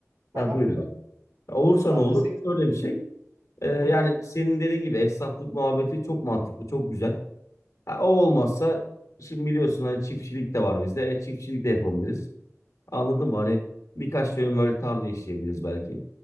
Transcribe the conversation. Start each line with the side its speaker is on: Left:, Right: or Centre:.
Right: Aha.
Left: Ha, buyurun. abi. Olursa
Right: Ben
Left: ne olur?
Right: de senin
Left: Şöyle bir şey. Ee, yani
Right: Hı hı.
Left: senin dediğin gibi esnaflık muhabbeti çok mantıklı, çok güzel. Ha, o olmazsa şimdi biliyorsun hani çiftçilik de var bizde. E, çiftçilik de yapabiliriz. Anladın mı? Hani birkaç dönüm böyle tarla işleyebiliriz belki.